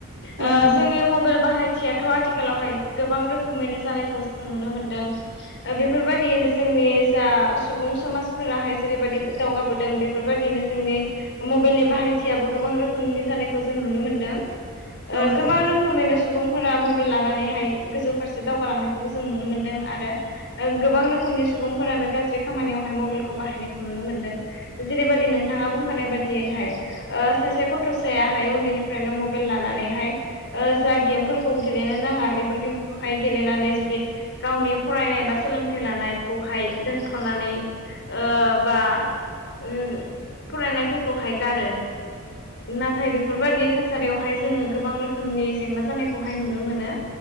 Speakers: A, on the left; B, on the right.
A: ओ
B: औ नंगौ
A: जोंनि मबाइल बाहायथियाथ' आथिखालावहाय गोबां रोखोमैनो जानायखौ जों नुनो मोनदों। बेफोरबायदियैनो जोंनि जा सुबुं समाजफोराहाय जेरैबायदि दावगाबोदों बेफोरबायदि नो जोंनि मबाइलनि बाहायथियाबो गोबां रोखोमनि जानायखौ जों नुनो मोनदों। ओ
B: औ नंगौ
A: गोबां रोखोमैनो सुबुंफोरा मबाइल लानानैहाय गोजौ फारसे दावगालांनायखौबो जों नुनो मोनदों आरो गोबां रोखोमनि सुबुंफोरानो गाज्रि खामानियाव मबाइलखौ बाहायनायखौ नुनो मोनदों जेरैबायदि नोंथाङा बुंखानाय बायदियैहाय ओ सासे गथ थसायाहाय उन्दैनिफ्रायनो मबाइल लानानैहाय ओ जा गेमफोरखौ गेलेनो नाङा बेफोर गेम खौहाय गेलेनानै जुदि गावनि फरायनाय बा सोलोंथाइ लानायखौहाय दोनथ'नानै ओ बा ओ फरायनायफोरखौहाय गारो। नाथाय बेफोरबायदि थासारियावहाय जोङो गोबां रोखोमनि जेंना जानायखौहाय नुनो मोनो।